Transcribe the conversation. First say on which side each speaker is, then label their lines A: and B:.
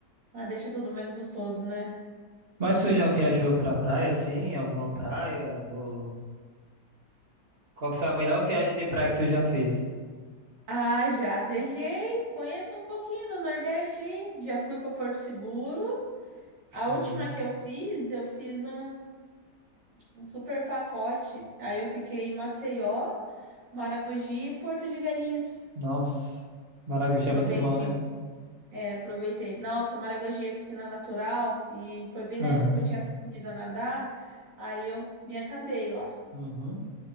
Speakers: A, on the right; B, on the right.
A: ela deixa tudo mais gostoso, né?
B: Mas tu já viajou pra praia, assim? Alguma praia? Ou... Qual foi a melhor viagem de praia que tu já fez?
A: Ah, já viajei. Conheço um pouquinho do Nordeste. aí. Já fui para Porto Seguro. A
B: Uhum.
A: última que eu fiz, eu fiz um, um super pacote. Aí eu fiquei em Maceió, Maragogi e Porto de Galinhas.
B: Nossa, Maracujá
A: Aproveitei.
B: é muito bom, né?
A: É, aproveitei. Nossa, Maragogi é piscina natural e foi bem
B: Aham,
A: na época que eu tinha aprendido a nadar, aí eu me acabei lá.
B: uhum.